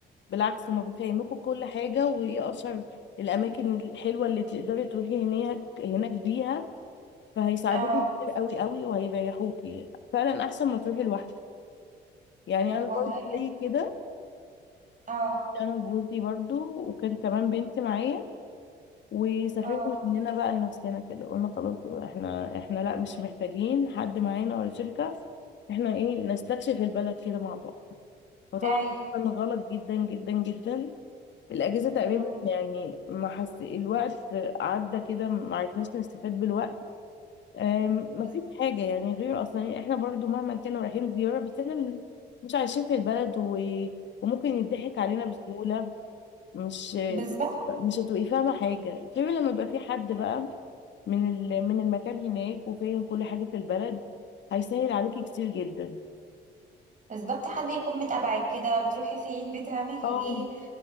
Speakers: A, on the left; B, on the right.
A: بالعكس هما بيفهموكوا كل حاجه وايه اشهر الاماكن الحلوه اللي تقدري تروحي هناك هناك بيها فهيساعدوكي
B: اه
A: كتير قوي قوي وهيريحوكي فعلا احسن ما تروحي لوحدك يعني
B: طب
A: انا
B: والله
A: برضو
B: حلو
A: زي كده
B: اه
A: انا وجوزي برضو وكان كمان بنتي معايا وسافرنا
B: اه
A: مننا بقى لنفسنا كده قلنا خلاص احنا احنا لا مش محتاجين حد معانا ولا شركة احنا ايه نستكشف البلد كده مع بعض فطبعا
B: ايوه
A: ده كان غلط جدا جدا جدا الأجازة تقريبا
B: امم
A: يعني ما حس الوقت عدى كده ما عرفناش نستفاد بالوقت أم،
B: بز-
A: ما فيش حاجة يعني غير أصلا إيه، احنا برضو مهما كنا رايحين زيارة بس احنا من- مش عايشين في البلد و... وممكن يضحك علينا بسهولة مش
B: بالظبط
A: مش هتبقي فاهمة حاجة غير لما يبقى في حد بقى من ال- من المكان هناك وفاهم كل حاجة في البلد هيسهل عليكي كتير جدا
B: بالظبط حد يكون متابعك كده بتروحي فين بتعملي
A: اه
B: ايه